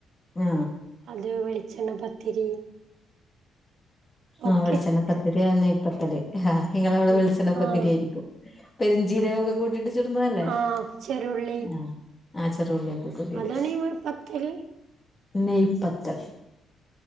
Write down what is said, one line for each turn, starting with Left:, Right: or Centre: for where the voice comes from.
Left: ഞാ
Right: അത് വെളിച്ചെണ്ണ പത്തിരി
Left: ആഹ്
Right: ഒക്കെ
Left: വെൾച്ചെണ്ണ പ്പത്തിരി നെയ്പ്പത്തല് ഇങ്ങളവ്ടെ
Right: ഉം
Left: വെൾച്ചെണ്ണപ്പത്തിരിയിരിക്കും
Right: ആഹ്
Left: പെരുഞ്ചീരകക്കെ കൂട്ടീട്ട് ചൂടുന്നതല്ലേ
Right: ആഹ് ചെറുള്ളി
Left: ആഹ് ആഹ് ചറുള്ളിക്കൊ കൂട്ടീട്ട്
Right: അതാണ് ഈ പത്തല്
Left: നെയ്പ്പത്തൽ